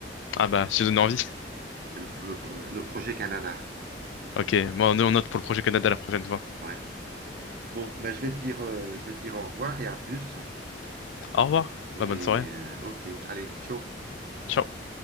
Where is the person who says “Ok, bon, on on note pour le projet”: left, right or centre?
Left